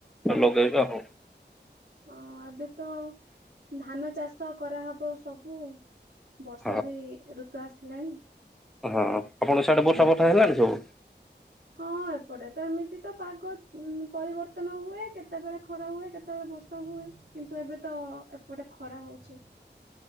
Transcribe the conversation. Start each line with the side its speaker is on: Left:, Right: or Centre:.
Centre: ଲଗେଇବେ ଆଉ।
Right: ହଁ ଏବେ ତ ଧାନ ଚାଷ କରାହବ ସବୁ। ବର୍ଷା
Centre: ହଁ
Right: ବି ଋତୁ ଆସିଲାଣି
Centre: ହଁ ଆପଣଙ୍କ ସେଆଡେ ବର୍ଷା ଫର୍ଶା ହେଲାଣି ସବୁ?
Right: ହଁ ଏପଟେ ତ ଏମିତି ତ ପାଗ ପରିବର୍ତ୍ତନ ହୁଏ। କେତେବେଳେ ଖରା ହୁଏ କେତେ ସେତେବେଳେ ବର୍ଷା ହୁଏ କିନ୍ତୁ ଏବେ ତ ଏପଟେ ଖରା ହଉଛି।